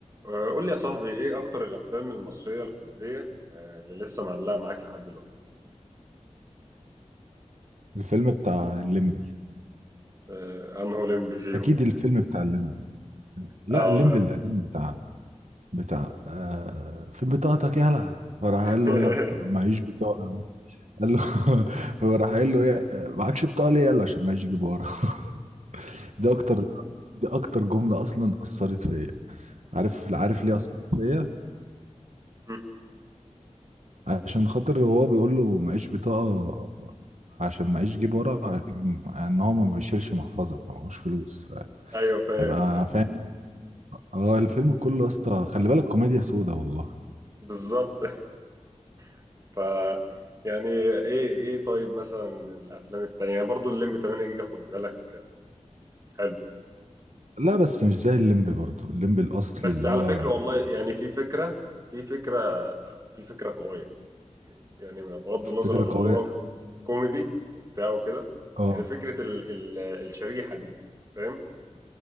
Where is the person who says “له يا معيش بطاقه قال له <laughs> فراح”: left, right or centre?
Right